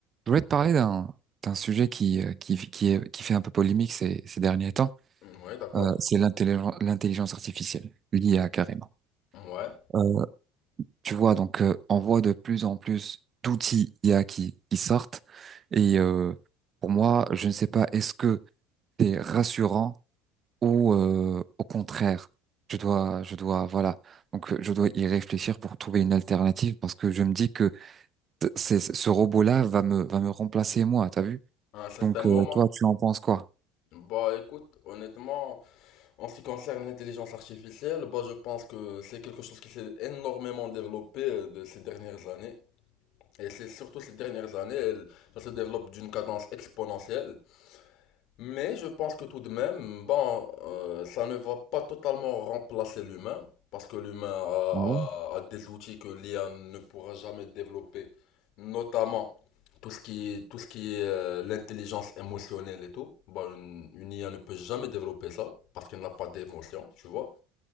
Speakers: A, on the right; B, on the left.
A: Je voulais te parler d'un d'un sujet qui, euh, qui, qui, est- qui fait un peu polémique ces, ces derniers temps.
B: Ouais, d'accord.
A: Euh, c'est l'intelligence, l'intelligence artificielle, l'IA carrément.
B: Ouais,
A: Euh, tu vois, donc euh, on voit de plus en plus d'outils IA qui, qui sortent. Et euh, pour moi, je ne sais pas, est-ce que c'est rassurant ou euh, au contraire, je dois, je dois, voilà, donc euh, je dois y réfléchir pour trouver une alternative parce que je me dis que c- c'est, ce robot-là va me, va me remplacer moi, t'as vu?
B: à un certain
A: Donc
B: moment.
A: euh, toi, tu en penses quoi?
B: Bah écoute, honnêtement, en ce qui concerne l'intelligence artificielle, bah je pense que c'est quelque chose qui s'est énormément développé euh, de ces dernières années. Et c'est surtout ces dernières années, elle- ça se développe d'une cadence exponentielle. Mais je pense que tout de même, bon, euh, ça ne va pas totalement remplacer l'humain, parce que l'humain a,
A: Ah ouais,
B: a- a des outils que l'IA ne pourra jamais développer, notamment tout ce qui est, tout ce qui est euh, l'intelligence émotionnelle et tout. Bon, une, une IA ne peut jamais développer ça, parce qu'elle n'a pas d'émotion, tu vois.